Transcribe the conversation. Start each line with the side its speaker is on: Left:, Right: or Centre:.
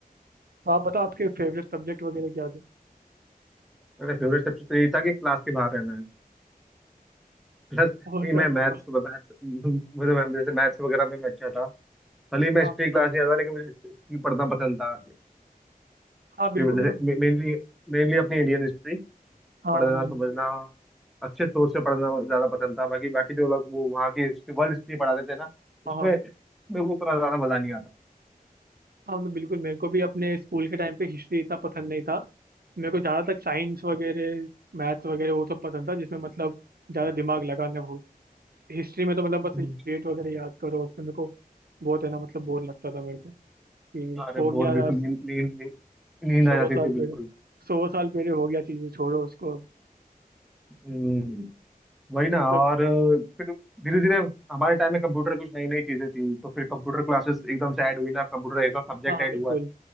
Right: तो आप बताओ आपके फेवरेट सब्जेक्ट वगैरह क्या थे
Centre: मेरा फेवरेट सब्जेक्ट तो यही था कि क्लास के बाहर रहना है प्लस
Right: वो
Centre: नहीं
Right: तो
Centre: मैं मैथ्स
Right: है बस
Centre: मैथ्स मुझे मैं- जैसे मैथ्स वगैरह में मैं अच्छा था भले ही मैं
Right: हाँ
Centre: हिस्ट्री क्लास नहीं आता लेकिन मुझे हिस्ट्री पढ़ना पसंद था
Right: हाँ
Centre: हिस्ट्री
Right: बिल्कुल
Centre: में जैसे
Right: मतलब
Centre: मेनली मेनली अपनी इंडियन हिस्ट्री
Right: हाँ
Centre: पढ़ना
Right: हाँ
Centre: समझना
Right: बिल्कुल
Centre: अच्छे सोच से पढ़ना ज्यादा पसंद था बाकी बाकी जो लोग वो वहाँ की हिस्ट्री वर्ल्ड हिस्ट्री पढ़ाते थे ना उसमें
Right: हाँ हाँ
Centre: मेरे को उतना ज्यादा मजा नहीं आता
Right: हाँ मतलब बिल्कुल मेरे को भी अपने स्कूल के टाइम पे हिस्ट्री इतना पसंद नहीं था मेरे को ज़्यादातर साइंस वगैरह मैथ्स वगैरह वो सब पसंद था जिसमें मतलब ज़्यादा दिमाग लगाना हो हिस्ट्री में तो मतलब बस
Centre: हम्म,
Right: डेट वगैरह याद करो उसमें मेरे को बहुत है ना मतलब बोर लगता था मेरे को कि
Centre: अरे
Right: हो गया
Centre: बोर बिल्कुल
Right: यार
Centre: नींद नींद नींद नींद
Right: सौ
Centre: आ जाती
Right: साल
Centre: थी
Right: पहले
Centre: बिल्कुल
Right: सौ साल पहले हो गया चीज़ें छोड़ो उसको
Centre: हम्म, वही
Right: तो
Centre: ना
Right: मतलब
Centre: और फिर धीरे धीरे हमारे टाइम में कंप्यूटर कुछ नई नई चीजें थी तो फिर कंप्यूटर क्लासेस एकदम से ऐड हुई ना कंप्यूटर एक सब्जेक्ट
Right: हाँ
Centre: ऐड
Right: बिल्कुल
Centre: हुआ है।